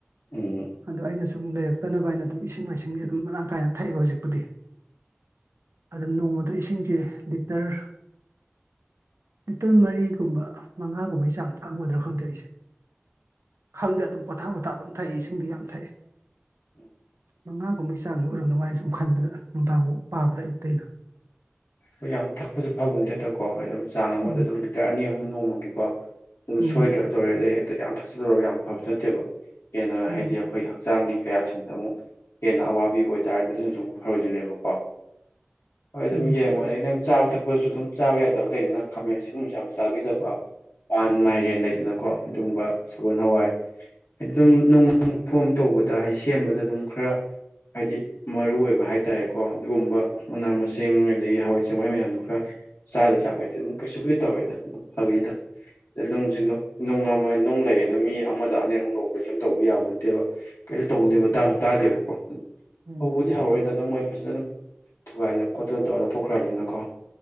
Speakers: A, on the left; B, on the right.
A: ꯎꯝ
B: ꯑꯗꯣ ꯑꯩꯅ ꯁꯨꯝ ꯂꯩꯔꯛꯇꯅꯕ ꯑꯩꯅ ꯑꯗꯨꯝ ꯏꯁꯤꯡ ꯃꯥꯏꯁꯤꯡꯁꯦ ꯑꯗꯨꯝ ꯃꯔꯥꯡ ꯀꯥꯏꯅ ꯊꯛꯑꯕ ꯍꯧꯖꯤꯛꯄꯨꯗꯤ ꯑꯗ ꯅꯣꯡꯃꯗ ꯏꯁꯤꯡꯁꯦ ꯂꯤꯇꯔ ꯂꯤꯇꯔ ꯃꯔꯤꯒꯨꯝꯕ ꯃꯉꯥꯒꯨꯝꯕꯩ ꯆꯥꯡ ꯊꯥꯛꯑꯝꯒꯗ꯭ꯔꯣ ꯍꯪꯗꯣꯛꯏꯁꯦ ꯈꯪꯗꯦ ꯑꯗꯨꯝ ꯄꯣꯊꯥꯞ ꯄꯣꯊꯥ ꯑꯗꯨꯝ ꯊꯛꯏ ꯏꯁꯤꯡꯗꯤ ꯌꯥꯝ ꯊꯛꯏ
A: ꯎꯝ
B: ꯃꯉꯥꯒꯨꯝꯕꯒꯤ ꯆꯥꯡꯗ ꯑꯣꯏꯔꯝꯗ ꯋꯥꯔꯤ ꯑꯩ ꯁꯨꯝ ꯈꯟꯕꯗ ꯅꯨꯡꯗꯥꯡꯐꯥꯎ ꯄꯥꯕꯗ ꯑꯌꯨꯛꯇꯩꯅ
A: ꯍꯣꯏ ꯌꯥꯝ ꯊꯛꯄꯁꯨ ꯐꯕ ꯅꯠꯇꯦꯠꯇꯀꯣ ꯍꯥꯏ ꯑꯗꯨ ꯆꯥꯡ ꯑꯃꯗ
B: ꯎꯝ
A: ꯑꯗꯨꯝ ꯂꯤꯇꯔ ꯑꯅꯤ ꯑꯍꯨꯝ ꯅꯣꯡꯃꯒꯤꯀꯣ ꯑꯗꯨꯝ
B: ꯎꯝ
A: ꯁꯣꯏꯗ꯭ꯔ ꯂꯣꯏꯔꯦ ꯑꯗꯩ ꯍꯦꯛꯇ ꯌꯥꯝ ꯊꯛꯆꯂꯔꯒ ꯌꯥꯝ ꯐꯕꯁꯨ ꯅꯠꯇꯦꯕ ꯍꯦꯟꯅ
B: ꯎꯝ
A: ꯍꯥꯏꯗꯤ ꯑꯩꯈꯣꯏ ꯍꯛꯆꯥꯡꯒꯤ ꯀꯌꯥꯁꯤꯡꯁꯤꯗ ꯑꯃꯨꯛ ꯍꯦꯟꯅ ꯑꯋꯥꯕꯤ ꯑꯣꯏꯇꯥꯔꯒꯁꯨꯁꯨ ꯑꯃꯨꯛ ꯐꯔꯣꯏꯗꯣꯏꯅꯦꯕꯀꯣ ꯍꯣꯏ ꯑꯗꯨꯝ
B: ꯎꯝ
A: ꯌꯦꯡꯉꯣ ꯑꯗꯗꯒꯤ ꯅꯪ ꯆꯥꯕ ꯊꯛꯄꯗꯁꯨ ꯑꯗꯨꯝ ꯆꯥꯕ ꯌꯥꯗꯕ ꯂꯩꯗꯅ ꯈꯥꯃꯦꯟ ꯑꯁꯤꯒꯨꯝꯕꯁꯨ ꯌꯥꯝ ꯆꯥꯕꯤꯗꯕ ꯃ ꯄꯥꯟ ꯃꯥꯏꯔꯦꯟ ꯂꯩꯗꯅꯀꯣ ꯑꯗꯨꯒꯨꯝꯕ ꯁꯒꯣꯜ ꯍꯋꯥꯏ ꯍꯥꯏꯗꯤ ꯑꯗꯨꯝ ꯅꯨꯡ ꯐꯣꯝ ꯇꯧꯕꯗ ꯍꯥꯏꯗꯤ ꯁꯦꯝꯕꯗ ꯑꯗꯨꯝ ꯈꯔ ꯍꯥꯏꯗꯤ ꯃꯔꯨ ꯑꯣꯏꯕ ꯍꯥꯏꯇꯥꯔꯦꯀꯣ ꯑꯗꯨꯒꯨꯝꯕ ꯃꯅꯥ ꯃꯁꯤꯡ ꯏꯁꯤꯡ ꯑꯗꯒꯤ ꯍꯋꯥꯏ ꯆꯦꯡꯋꯥꯏ ꯃꯌꯥꯝꯗꯣ ꯈꯔ ꯆꯥꯗ ꯇꯥꯔꯗꯤ ꯑꯗꯨꯝ ꯀꯩꯁꯨ ꯀꯩꯁꯨ ꯇꯧꯔꯦꯗ ꯑꯗꯨꯝ ꯐꯉꯅꯤꯗ ꯑ ꯅꯨꯡꯁꯤ ꯅꯨꯡ ꯑꯃ ꯅꯨꯡ ꯂꯩꯒꯅ ꯃꯤ ꯑꯃꯗ ꯑꯅꯤꯔ ꯑꯨꯝꯗ ꯑꯣꯄꯔꯦꯁꯟ ꯇꯧꯕ ꯌꯥꯕ ꯅꯠꯇꯦꯕ ꯀꯩꯅꯣ ꯇꯧꯅꯨꯗꯦꯕ ꯇꯥꯁꯨ ꯇꯥꯗꯦꯕꯀꯣ
B: ꯎꯝ
A: ꯎ ꯍꯧꯕꯗꯤ ꯍꯧꯔꯛꯏꯗ ꯑꯗꯨꯝ ꯃꯣꯏ ꯐꯖꯅ ꯑꯗꯨꯝ ꯊꯨꯒꯥꯏꯗꯅ ꯈꯣꯠꯇꯅ ꯇꯧꯔ ꯂꯧꯊꯣꯛꯈ꯭ꯔꯕꯅꯤꯅꯀꯣ